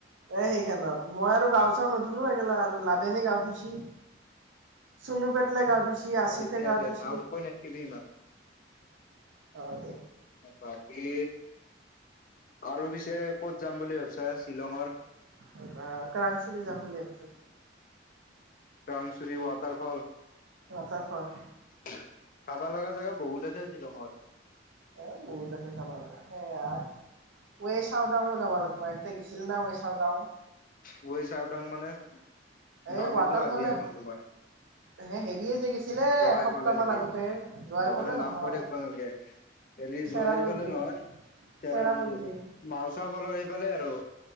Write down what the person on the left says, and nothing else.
ঠিকে
আছে
নাম কৈ নাথাকিবি ইমান।
বাকী আৰু পিছে ক'ত যাম বুলি ভাবিছা শ্বিলঙৰ?
কংচুৰী ৱাটাৰফল।
চাবা লাগা জেগা বহুত আছে শ্বিলঙৰ
ৱে চাউডাংও মানে
নাম
এইটো আজিহে শুনিলো মই
জোৱাই
ফালে নেকি
হ'ব
দে
নাম কৈ থাকিব নালাগে। হেৰি জোৱাই
ফালে নহয় চেৰাপুঞ্জু
মাও চাও গলে গলে আৰু